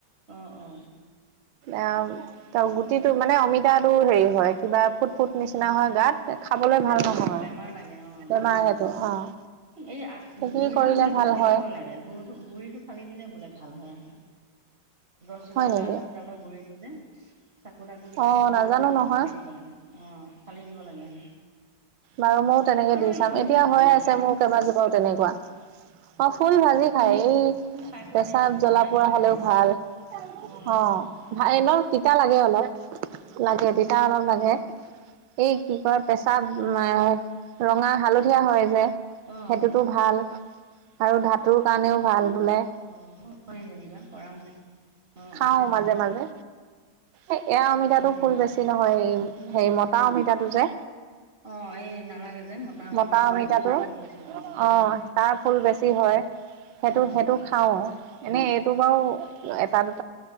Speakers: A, on the right; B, on the right.
A: অ, অ।
B: এয়া ত' গুটিটো মানে অমিতাটো হেয়ি হয়, কিবা ফুট, ফুট নিচিনা
A: উম
B: হয়, গাত। খাবলে ভাল
A: বেমাৰ
B: নহয়,
A: বেমাৰ লাগে অ
B: বেমাৰ হেটো
A: লাগে
B: অ'।
A: এই আগ
B: সেইখিনি
A: গুৰিটো
B: কৰিলে
A: বোলে
B: ভাল
A: ফালি
B: হয়,
A: দিব লাগে, গুৰুটো-গুৰিটো ফালি দিলে বোলে ভালহে আহে। গছজোপা
B: হয় নেকি?
A: গা গছডালৰ গুৰিটো যে, চাকু তাকু কিবা
B: অ',
A: এখন এনেকে
B: নাজানো
A: ভৰাই পেলাই
B: নহয়
A: ফালি দিব লাগে। অ', ফালি দিব লাগে হেনো।
B: বাৰু মও তেনেকে
A: আৰু
B: দি
A: এই
B: চাম,
A: ফুলবোৰো
B: এতিয়া হৈ
A: ভাজি
B: আছে
A: খায়
B: মোৰ কেবাজোপাও তেনেকুৱা। অ', ফুল ভাজি খায়, এই
A: মই খাই পোৱা
B: পেচাব
A: নাই কিন্তু
B: জ্বলা
A: তিতা
B: পুৰা
A: নালাগেনে
B: হ'লেও ভাল।
A: অঁ
B: অ', ভাই ন' তিতা লাগে অলপ। লাগে,
A: অঁ
B: তিতা
A: অঁ
B: অলপ লাগে। এই কি কয়, পেচাব এ, ৰঙা, হালধীয়া হয় যে,
A: অঁ
B: সেটোতো ভাল, আৰু ধাতুৰ কাৰণেও ভাল। বোলে
A: অ', <unintelligible> যেনিবা কৰাও নাই। অঁ
B: খাওঁ
A: অঁ
B: মাজে, মাজে। এ-এইয়া অমিতাটো
A: হয় নেকি
B: ফুল বেছি নহয়, এই‌
A: মোক
B: হেই মতা অমিতাটো যে
A: অঁ এই নালাগে যে অমিতাত
B: মতা অমিতাটো
A: অঁ সেইটোত বেছি ফুলে
B: অ', তাৰ ফুল বেছি হয়। সেটো,
A: অঁ
B: সেটো খাওঁ এনেই এইটো বাউ এটা, দু